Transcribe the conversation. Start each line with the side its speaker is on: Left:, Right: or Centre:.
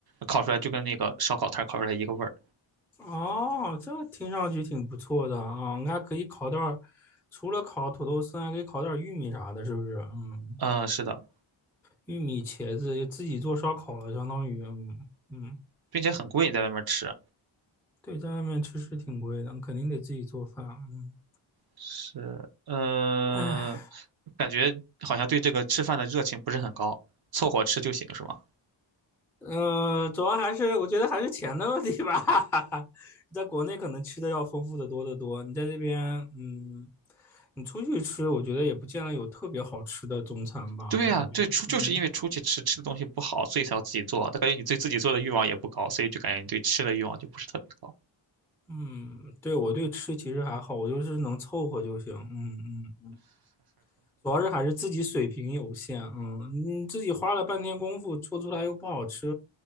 Right: 烤出来就跟那个烧烤摊儿烤出来一个味儿。
Centre: 哦，这听上去挺不错的啊，你可以烤点儿，除了烤土豆丝，还可以烤点儿玉米啥的，是不是？嗯，
Right: 嗯、是的，
Centre: 玉米、茄子自己做烧烤了，相当于，嗯嗯，
Right: 并且很贵，你在外面吃。
Centre: 对，在外面吃是挺贵的，肯定得自己做饭。嗯，
Right: 是，呃，
Centre: 唉。
Right: 感觉好像对这个吃饭的热情不是很高，凑合吃就行，是吗？
Centre: 嗯，主要还是我觉得还是钱的问题吧。<laughs> 在国内可能吃的要丰富的多得多，你在这边，嗯，你出去吃，我觉得也不见得有特别好吃的中餐吧，
Right: 对呀，
Centre: 我感觉，
Right: 对，出就是因为出去吃吃的东西不好，
Centre: 嗯
Right: 所以才要自己做。他感觉你对自己做的欲望也不高，所以就感觉你对吃的欲望就不是特别高。
Centre: 嗯，对我对吃其实还好，我就是能凑合就行，嗯嗯，主要是还是自己水平有限，嗯，你自己花了半天功夫做出来又不好吃，